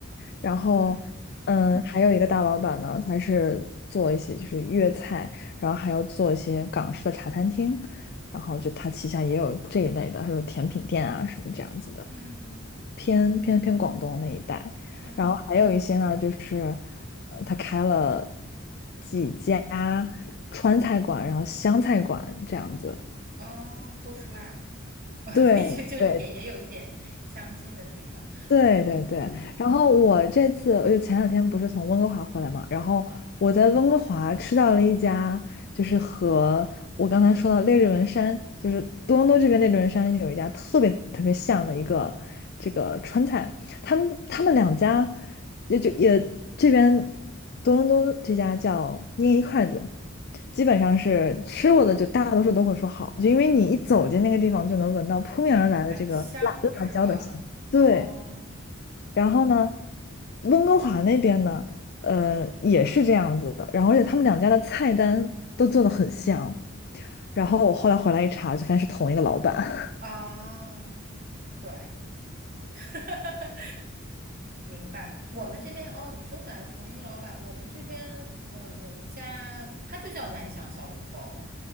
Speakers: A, on the left; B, on the right.
A: 然后，
B: ，OK，嗯
A: 嗯，还有一个大老板呢，他是做一些就是粤菜，然后还要做一些港式的茶餐厅，然后就他旗下也有这一类的，还有甜品店啊什么这样子的，
B: 嗯。
A: 偏偏偏广东那一带。
B: 嗯，
A: 然后还有一些呢，就是呃他开了几家川菜馆，然后湘菜馆这样子。
B: 哦，都是辣的，<laughs>
A: 对对
B: 就就是也也有一点相近的地方，
A: 对对对，嗯然后我这次我就前两天不是从温哥华回来嘛，
B: 嗯，
A: 然后我在温哥华吃到了一家，就是和我刚才说到列治文山，就是多伦多这边列治文山有一家特别特别像的一个这个川菜，他们他们两家也就也这边多伦多这家叫捏一筷子，基本上是吃过的就大多数都会说好，就因为你一走进那个地方就能闻到扑面而来的这个辣辣椒的香气，
B: 很香是吧？哦，
A: 对。
B: 嗯，
A: 然后呢，温哥华那边呢，呃，也是这样子的。然后而且他们两家的菜单都做的很像。然后我后来回来一查，就发现是同一个老板。<laughs>
B: 哦，对，<laughs> 哈，明白，我们这边哦，你说起来同一个老板，我们这边嗯有一家，他就叫南翔小笼包，